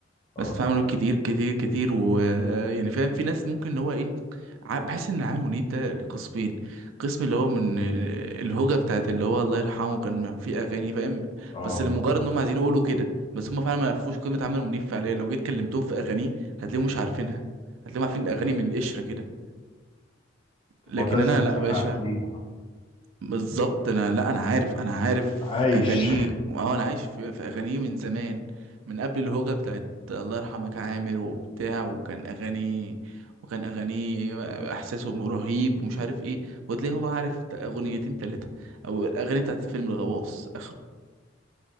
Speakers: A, on the left (about 25°); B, on the right (about 80°).
A: اه
B: بسمع عامر منيب كتير كتير كتير ويعني فاهم في ناس ممكن اللي هو ايه ع- بحس ان عامر منيب ده لقسمين قسم اللي هو من آه، الهوجة بتاعت اللي هو الله يرحمه كان في اغاني فاهم
A: اه
B: بس لمجرد ان هم عايزين يقولوا كده بس هم فعلا ما يعرفوش قيمة عامر منيب فعليا لو جيت كلمتهم في اغانيه هتلاقيهم مش عارفينها هتلاقيهم عارفين الاغاني من القشرة كده لكن
A: معتز
B: انا
A: بسمعك
B: لا باشا
A: ليه
B: بالظبط انا لا انا عارف انا عارف
A: عايش
B: اغانيه واه انا عايش في, في اغانيه من زمان من قبل الهوجة بتاعت الله يرحمك يا عامر وبتاع وكان اغاني وكان اغاني احساسه رهيب ومش عارف ايه وتلاقيه هو عارف تا- اغنيتين تلاتة او الاغاني بتاعت فيلم الغواص اخره